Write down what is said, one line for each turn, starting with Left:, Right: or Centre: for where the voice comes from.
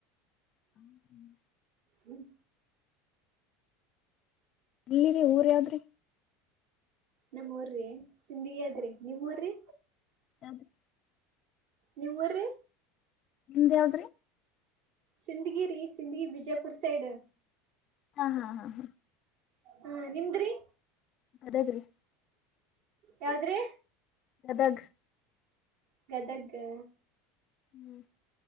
Left: ಹ್ಮ ಹ್ಮ್
Right: ಹ್ಮ್
Left: ನೀವು ಊರ್ ಯಾವ್ದ್ ರೀ.
Right: ನಮ್ ಊರ್ರಿ ಸಿಂದಗಿ ಹಾದ್ರಿ ನಿಮ್ಮ್ ಊರ್ರಿ.
Left: ಯಾವ್ದು
Right: ನಿಮ್ಮ ಊರ್ರಿ
Left: ನಿಮ್ದು ಯಾವ್ದಾದ್ರಿ
Right: ಸಿಂದಗಿ ರಿ ಸಿಂದಗಿ ಬಿಜಾಪುರ್ ಸೈಡ್.
Left: ಹಾ ಹಾ ಹಾ ಹಾ
Right: ಹಾ ನಿಮ್ದರಿ
Left: ಗದಗ್ರಿ
Right: ಯಾವದ್ರಿ
Left: ಗದಗ್
Right: ಗದಗ ಹ
Left: ಹ್ಮ್